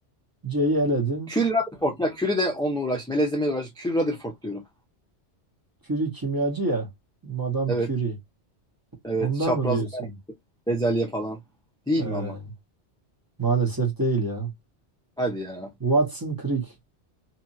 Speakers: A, on the right (about 20°); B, in the centre.
A: C'yi eledin.
B: Curie Rutherford. Ya Curie de onunla uğraştı. Melezlemeyle uğraştı. Curie Rutherford diyorum.
A: Curie kimyacı ya. Madame
B: Evet.
A: Curie.
B: Evet.
A: Ondan
B: Çapraz
A: mı diyorsun?
B: bezelye falan. Değil
A: Ee,
B: mi ama?
A: maalesef değil ya.
B: Hadi ya.
A: Watson Crick.